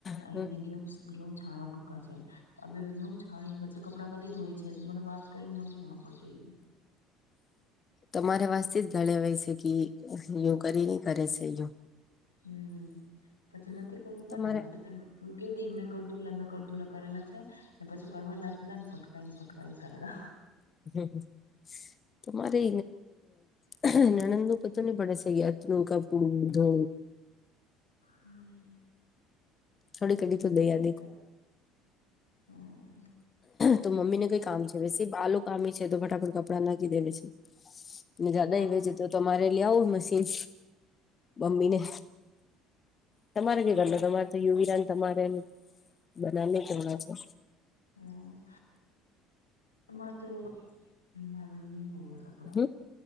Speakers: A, on the left; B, on the left.
A: હમ
B: અને ઘેઉ ઘેઉ છાણવા ટુકા છે. આ બે બધી હું છાણી પછી કપડાં કદી ધોય છે. મને વાત કરીને મન ધુણા <unintelligible>
A: તમારે વાસતિસ ઘલેવાય છે કી યોગારી કરે છે જો.
B: હમ. પછી નથી કરું ગાના
A: તમારે
B: તો પછી કધી મે કર દુલા મે કર દુલા કરેલા છે. ને પછી કરવા લાગ એલાને પટકાયને પટકાયને કરલો.
A: હમ હ. તમારે <unintelligible> નંણદને તપલિક પડે છે કપડું ધો
B: હમ.
A: થોડી ઘડી
B: <unintelligible>
A: તો દયા
B: હમ.
A: તો મમ્મી ને કઈ કામ છે વેસે બાલ કામી છે તો ફટાફટ કપડા નાખી દે પછી. ને જાદાએ
B: હા
A: તો તમારે લેઆવો મશીન મમ્મીને. તમારે <unintelligible> તમારે તો યુવિરાને તમારે બધાને ધોવડાવ જો?
B: હમ. માત રોગ મારે ની હોવે. કપડા
A: હ